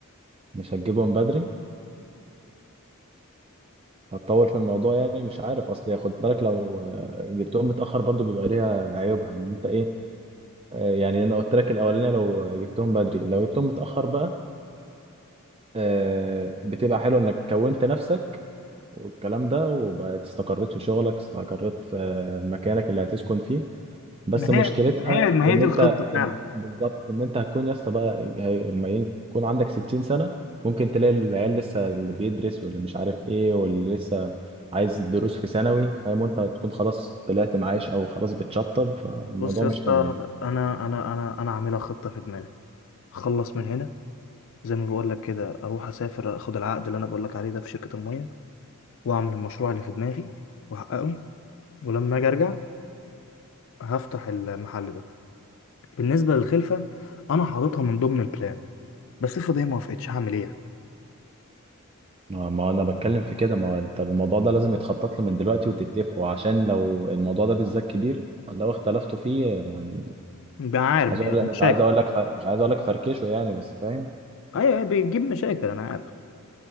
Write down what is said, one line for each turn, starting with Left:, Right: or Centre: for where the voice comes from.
Right: مش هتجيبهم بدري هتطول في الموضوع يعني مش عارف اصل خد بالك لو آه، جبتهم متاخر برضو بيبقى ليها عيوبها ان انت ايه آه، يعني انا قلت لك الاولانيه لو جبتهم بدري لو جبتهم متاخر بقى آه، بتبقى حلو انك كونت نفسك والكلام ده وبقت استقريت في شغلك استقريت في مكانك اللي هتسكن فيه بس
Left: ما
Right: مشكلتها
Left: هي ما هي ما
Right: ان
Left: هي دي
Right: انت
Left: الخطة فعلا
Right: إن بالظبط ان انت هتكون يا اسطى بقى هي- اما ي- يكون عندك 60 سنه ممكن تلاقي العيال لسه اللي بيدرس واللي مش عارف ايه واللي لسه عايز دروس في ثانوي فاهم وانت تكون خلاص طلعت معاش او خلاص بتشطب فالموضوع
Left: بص يا
Right: مش
Left: اسطى
Right: حلو يعني
Left: انا انا انا انا عاملها خطة في دماغي اخلص من هنا زي ما بقول لك كده اروح اسافر اخد العقد اللي انا بقول لك عليه ده في شركة المية واعمل المشروع اللي في دماغي واحققه ولما اجي ارجع هفتح المحل ده بالنسبة للخلفة انا حاططها من ضمن البلان بس افرض هي ما وافقتش هعمل ايه يعني؟
Right: ما ما انا بتكلم في كده ما هو انت الموضوع ده لازم يتخطط له من دلوقتي وتتفقوا عشان لو الموضوع ده بالذات كبير لو اختلفتوا فيه يعني
Left: بقى عارف
Right: مش عايز
Left: بيبقى
Right: اقول لك مش
Left: مشاكل
Right: عايز اقول لك ف... مش عايز اقول لك فركشه يعني بس فاهم
Left: ايوه أيوة، بيجيب مشاكل انا عارف